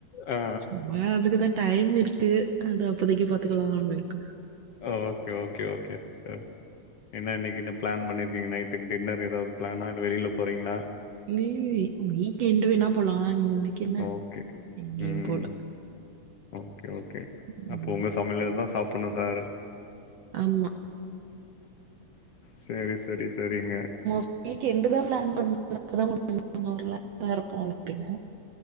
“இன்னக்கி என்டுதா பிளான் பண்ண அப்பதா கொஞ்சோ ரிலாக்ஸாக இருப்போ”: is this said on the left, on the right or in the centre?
Right